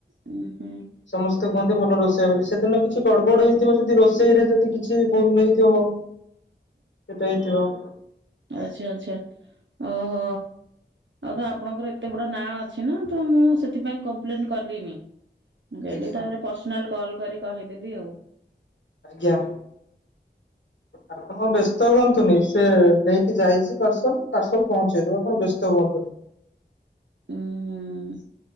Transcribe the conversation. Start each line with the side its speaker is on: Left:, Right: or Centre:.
Right: ଉୁଁ ହୁଁ
Left: ସମସ୍ତେ କୁହନ୍ତି ଭଲ ରୋ ସେଦିନ କିଛି ଗଡ ବଡ ହେଇଥିବ ଯଦି ରୋଷେଇରେ, ଯଦି କିଛି ଭୁଲ ହେଇଥିବ। ସେଟା ହେଇଥିବ।
Right: ଆଛା, ଆଛା, ଓହୋ ଆଉ ତ ଆପଣଙ୍କର ଏତେ ବଡ ନାଁ ଅଛି ନା ତ ମୁଁ ସେଥିପାଇଁ କମ୍ପ୍ଲେନ କଲିନି। ମୁଁ କହିଲି
Left: ଆଜ୍ଞା
Right: ତାପରେ ପର୍ସନାଲ କଲ୍ କରିକି କହିଦେବି ଆଉ
Left: ଆଜ୍ଞା, ଆପଣ ବ୍ୟସ୍ତ ହୁଅନ୍ତୁନି, ସେ ନେଇ ଯାଇଛି ପାର୍ସଲ ପାର୍ସଲ ପହଞ୍ଚେଇଦବ ଆପଣ ବ୍ୟସ୍ତ ହୁଅନ୍ତୁନି ।
Right: ହୁଁ